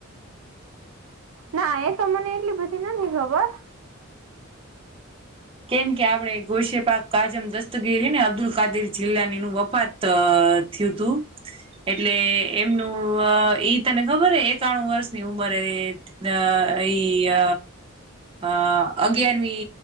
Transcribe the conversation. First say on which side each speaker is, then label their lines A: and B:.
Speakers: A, on the right; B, on the right.
A: ના એ તો મને એટલી બધી નથી ખબર.
B: કેમ કે આપડે ગોશેપક કાજમ દસ્તગીરીને અબ્દુલ કાદીર જિલ્લાની ન વફત અ થયું તું. એટલે એમનું ઈ તને ખબર હ એકાણું વર્ષની ઉંમરે. અ એ, આ અગિયારમી